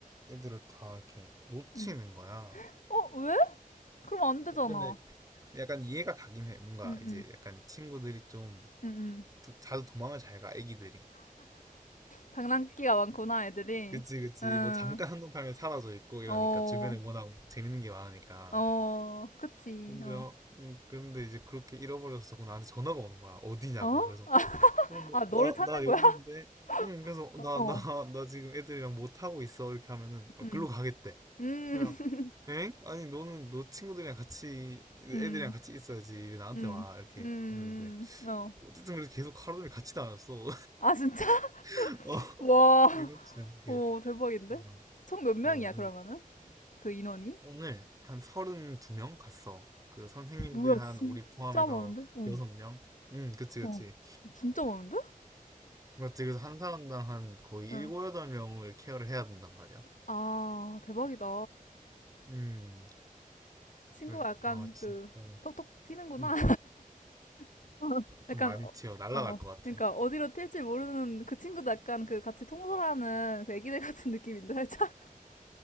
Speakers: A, on the right; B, on the left.
A: 애들을 다 이렇게 놓치는
B: 음.
A: 거야.
B: 어, 왜? 그럼 안 되잖아.
A: 어, 근데 약간 이해가 가긴 해. 뭔가
B: 음음
A: 이제 약간 친구들이 좀
B: 음, 음.
A: 도- 자주 도망을 잘 가, 애기들이.
B: 장난기가 많구나, 애들이.
A: 그치, 그치.
B: 응,
A: 뭐 잠깐 한눈 팔면 사라져 있고 이러니까
B: 어,
A: 주변에 워낙 재밌는 게 많으니까.
B: 어, 그치,
A: 근데,
B: 어.
A: 어, 음, 그런데 이제 그렇게 잃어버려서 자꾸 나한테 전화가 오는 거야. 어디냐고.
B: 어?
A: 그래서,
B: 아,
A: 어, 뭐,
B: 아, 너를
A: 나,
B: 찾는
A: 나 여기인데.
B: 거야?
A: 응, 그래서
B: <laughs>
A: 나,
B: 어,
A: 나, 나 지금 애들이랑 못 하고 있어. 이렇게 하면은, 아,
B: 음,
A: 글로 가겠대.
B: 음,
A: 그래서,
B: <laughs>
A: 엥? 아니, 너는 너 친구들이랑 같이, 애들이랑
B: 음,
A: 같이 있어야지. 왜 나한테
B: 음,
A: 와? 이렇게
B: 음,
A: 했는데.
B: 어.
A: 어쨌든 그래서 계속 하루 종일 같이 다녔어.
B: 아, 진짜? <laughs>
A: <laughs> 어,
B: 와,
A: 이렇지 않게.
B: 오, 대박인데?
A: 어,
B: 총 몇 명이야,
A: 어,
B: 그러면은? 그 인원이?
A: 오늘 한 32명 갔어. 그 선생님들
B: 뭐야,
A: 한
B: 진짜
A: 우리 포함해서
B: 많은데? 어,
A: 6명? 응, 그치, 그치.
B: 어, 진짜 많은데?
A: 맞지. 그래서 한 사람당 한 거의 7,
B: 응.
A: 8명을 케어를 해야 된단 말이야.
B: 아, 대박이다.
A: 음,
B: 친구가
A: 그-
B: 약간
A: 아, 진짜.
B: 그, 톡톡 튀는구나.
A: 음,
B: <laughs> 어,
A: 좀
B: 약간
A: 많이
B: 어,
A: 튀어. 날라갈
B: 어,
A: 것 같아.
B: 그러니까 어디로 튈지 모르는 그 친구도 약간 그 같이 통솔하는 그 애기들 <laughs> 같은 느낌인데 살짝